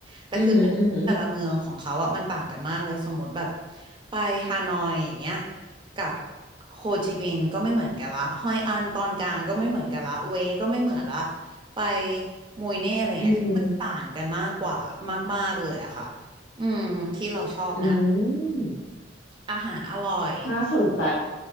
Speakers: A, on the right (about 25°); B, on the left (about 75°).
A: แต่คือ
B: อือหืออือหือ
A: แต่ละเมืองของเขาอะมันต่างกันมากเลยสมมติแบบไปฮานอยอย่างเงี้ย กับโฮจิมินห์ก็ไม่เหมือนกันละฮอยอันตอนกลางก็ไม่เหมือนกันละเวก็ไม่เหมือนละไปมุยเน่อะไรอย่างเงี้ยคือมันต่างกันมากกว่า
B: อืม
A: มากๆเลยอะค่ะอืมที่เราชอบนะ
B: อืม
A: อาหารอร่อย
B: น่าสนใจ